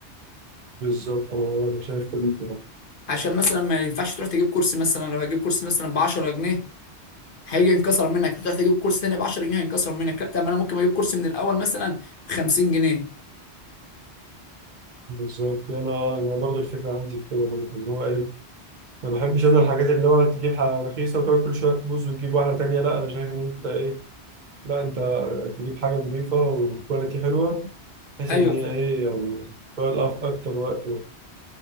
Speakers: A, on the right; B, on the left.
A: بالظبط انا أنا شايف كل كده
B: عشان مثلا ما ينفعش تروح تجيب كرسي مثلا لو هجيب كرسي مثلا ب 10 جنيه هيجي ينكسر منك هتروح تجيب كورس تاني ب 10 جنيه هينكسر منك لا طب ما انا ممكن اجيب كورس من الاول مثلا ب 50 جنيه
A: بالظبط انا انا برضه الفكره عندي في كده برضه، ان هو ايه ما بحبش انا الحاجات اللي هو تجيب حاجة رخيصة وتقعد كل شوية تبوظ وتجيب واحدة تانية لا أنا شايف إن أنت إيه لا أنت تجيب حاجة نظيفة وكواليتي حلوة بحيث
B: ايوه
A: إن هي
B: فاهم
A: إيه يعني تقعد أف- أكتر وقت